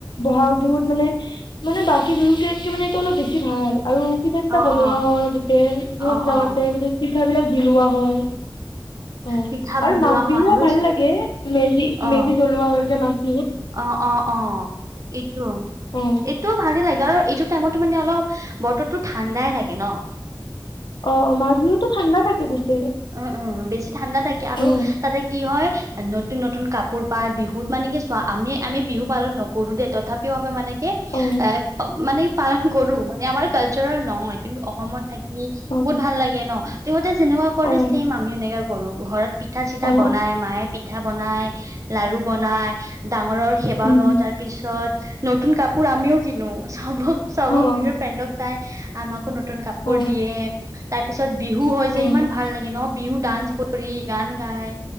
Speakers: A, on the left (about 70°); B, on the right (about 45°).
A: বহাগ বিহুত মানে মানে বাকী বিহুত কে ইয়াতকে মানে এইটো অলপ বেছি বেছি ভাল। আৰু পিঠা চিঠা
B: অ',
A: বনোৱা
B: অ',
A: হয় গোটেই চব
B: অ',
A: জাগাতে
B: অ',
A: পিঠ বিলাক বিলোৱা হয়। অ
B: পিঠা
A: আৰু
B: বিলোৱা
A: মাঘ বিহুও
B: হয় আৰু
A: ভাল লাগে মেজি
B: অ',
A: মেজি জ্বলোৱা হয় যে মাঘ বি
B: অ অ অ এইটো
A: অ
B: এইটো ভালেই লাগি। এইটো টাইমতে মানে অলপ বতৰটো ঠাণ্ডাই থাকে ন?
A: অ মাঘ বিহুতো ঠাণ্ডা থাকে গোটেই
B: উম উম বেছি ঠাণ্ডা থাকে আৰু
A: অ
B: তাতে কি হয় নতুন নতুন কাপোৰ পায় বিহুত মানে কি চোৱা আমি আমি বিহু পালন নকৰো দেই তথাপিও আমি মানে কি
A: অ
B: এ মানে পালন কৰো মানে আমাৰ কালচাৰেল নহয় কিন্তু অসমত থাকি
A: অ
B: বহুত ভাল লাগে ন। সিহঁতে যেনেকুৱা কৰে
A: অ
B: চেম আমি এনেকা কৰো ঘৰত পিঠা চিঠা
A: অ অ
B: বনাই মায়ে পিঠা পিঠা বনাই, লাডু বনাই, ডাঙৰৰ সেৱা
A: উম
B: লওঁ তাৰ পিছত নতুন কাপোৰ আমিও কিনো। চব চবক
A: অ
B: নিজৰ ফ্ৰেণ্ডক চাই আমাকো নতুন কাপোৰ
A: অ',
B: দিয়ে, তাৰ পিছত বিহু কয়
A: অ',
B: যে ইমান ভাল লাগে ন বিহু ডান্স কৰি গান গাই